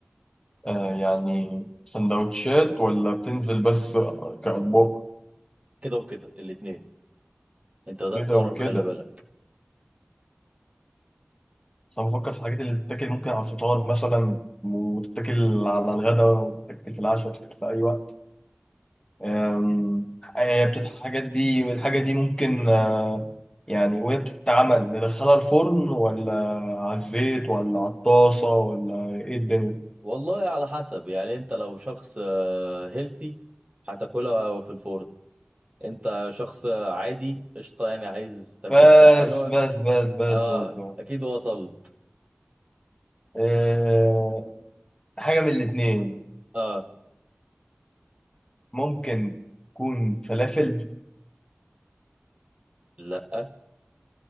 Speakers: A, on the left (about 20°); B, on the right (about 30°).
A: آه يعني سندوتشات ولا بتنزل بس كأطباق
B: كده وكده الاتنين انت بدأت
A: كده
B: تقرب
A: وكده
B: خلي بالك
A: بس أنا بفكر في الحاجات اللي تتاكل ممكن على الفطار مثلا وتتاكل على الغداء وتتاكل في العشاء وتتاكل في أي وقت آم، آه، بتت- الحاجات دي الحاجة دي ممكن آه يعني وهي بتتعمل ندخلها الفرن ولا على الزيت ولا على الطاسة ولا إيه الدنيا
B: والله على حسب يعني انت لو شخص هيلثي هتاكلها في الفرن انت شخص آه، عادي قشطة يعني عايز تاكل
A: بس
B: أكلة حلوة
A: بس بس بس
B: اه
A: بس, بس.
B: اكيد وصلت
A: آه، حاجة من الاتنين
B: اه
A: ممكن تكون فلافل
B: لا